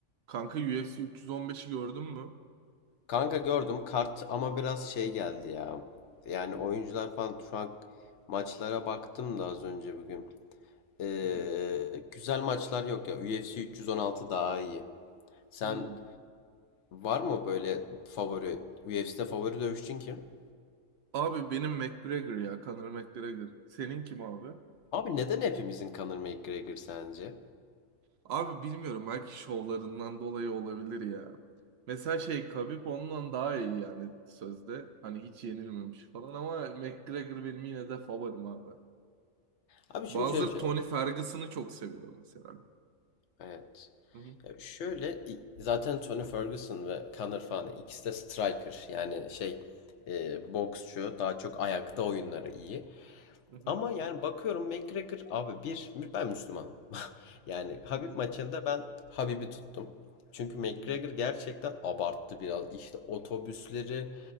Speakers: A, on the right; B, on the left.
A: Kanka UFC 315'i gördün mü?
B: Kanka gördüm kart ama biraz şey geldi ya. Yani oyuncular falan şu an maçlara baktım da az önce bugün. Ee,
A: Hı hı.
B: güzel maçlar yok ya. UFC 316 daha iyi. Sen
A: Hmm.
B: var mı böyle favori UFC'de favori dövüşçün kim?
A: Abi benim McGregor ya Conor McGregor. Senin kim abi?
B: Abi neden hepimizin Conor McGregor sence?
A: Abi bilmiyorum belki şovlarından dolayı olabilir ya. Mesela şey Khabib ondan daha iyi yani sözde. Hani hiç yenilmemiş falan ama McGregor benim yine de favorim abi.
B: Abi şimdi
A: Bazıları
B: şöyle bir şey
A: Tony
B: var.
A: Ferguson'ı çok seviyor mesela.
B: Evet.
A: Hı hı,
B: Ya şöyle i- zaten Tony Ferguson ve Conor falan ikisi de striker yani şey e, boksçu daha çok ayakta oyunları iyi.
A: hı hı,
B: Ama yani bakıyorum McGregor abi bir mü- ben Müslümanım. <laughs> Yani Habib
A: hı hı,
B: maçında ben Habib'i tuttum. Çünkü McGregor
A: hı.
B: gerçekten abarttı biraz. İşte otobüsleri